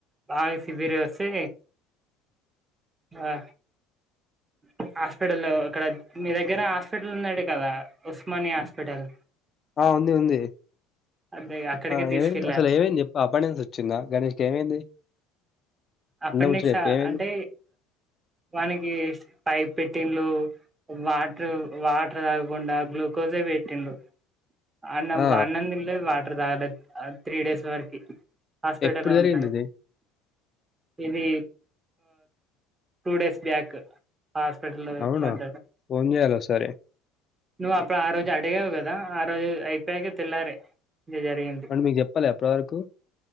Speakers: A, on the right (about 25°); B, on the left (about 40°).
A: బాగా సివియర్ గా వస్తే ఆ అ హాస్పిటల్ లో అక్కడ మీ దగ్గర హాస్పిటల్ ఉందట కదా ఉస్మానియా హాస్పిటల్
B: ఆ ఉంది ఉంది
A: అదే అక్కడికి
B: ఆ
A: తీసుకెళ్ళారు
B: ఏమైంది అసలు ఏమైంది చెప్ప అప్పడినించి వచ్చిందా గణేష్కి ఏమైంది?
A: అప్పటి
B: నిన్న ముచ్చట
A: నుంచా
B: చెప్పు ఏమైంది
A: అంటే వానకి పైప్ పెట్టిల్లు వాటర్ వాటర్ తాగకుండా గ్లూకోజే పెట్టిండ్రు అన్నం
B: ఆ
A: అన్నం తినలేదు వాటర్ తాగాలే త్రీ డేస్ వరకు. హాస్పిటల్లో
B: ఎప్పుడు
A: లో
B: జరిగింది
A: ఉన్నాడు
B: ఇది
A: ఇది టూ డేస్ బ్యాక్ హాస్పిటల్లో
B: అవునా
A: పడ్డాడు.
B: ఫోన్ చేయాలి ఒకసారి
A: నువ్వు అప్పుడు ఆ రోజు అడిగావు కదా ఆ రోజు అయిపోయాక తెల్లారే ఇది జరిగింది
B: వాడు మీకు చెప్పలే అప్పటి వరకు